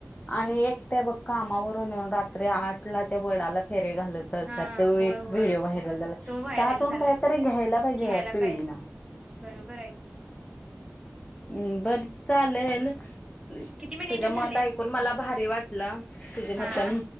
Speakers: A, on the left (about 25°); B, on the right (about 20°).
A: आणि एकट्या बघ कामावरून येऊन, रात्री आठ ला त्या वडाला फेरे घालत. तसा
B: हा
A: तो
B: होय
A: एक
B: होय
A: व्हिडिओ व्हायरल झाला,
B: तो व्हायरल
A: त्यातून
B: झालाय
A: कायतरी घ्यायला पाहिजे,
B: घ्यायला
A: या पिढीनं.
B: पाहिजे बरोबर हाय की.
A: हम् बर चालेल. म
B: किती मिनिट
A: तुझ्या मत
B: झालेत
A: ऐकून मला भारी वाटलं, तुझे
B: हा
A: मतं